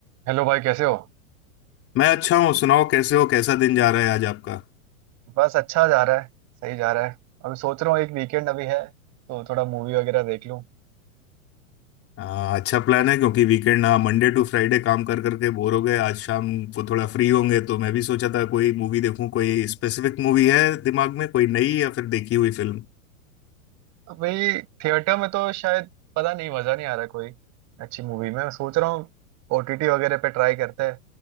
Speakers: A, on the right (about 40°); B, on the left (about 35°).
A: Hello भाई कैसे हो
B: मैं अच्छा हूँ सुनाओ कैसे हो कैसा दिन जा रहा है आज आपका
A: बस अच्छा जा रहा है सही जा रहा है अभी सोच रहा हूँ एक वीकेंड अभी है तो थोड़ा मूवी वगैरह देख लूँ
B: आ, अच्छा प्लान है क्योंकि वीकेंड ना मंडे टू फ्राइडे काम कर करके बोर हो गए आज शाम को थोड़ा फ्री होंगे तो मैं भी सोचा था कोई मूवी देखूं कोई स्पेसिफिक मूवी है दिमाग में कोई नई या फिर देखी हुई फिल्म
A: अभी थिएटर में तो शायद पता नहीं मज़ा नहीं आ रहा कोई अच्छी मूवी में मैं सोच रहा हूँ ओटीटी वगैरह पे ट्राई करते हैं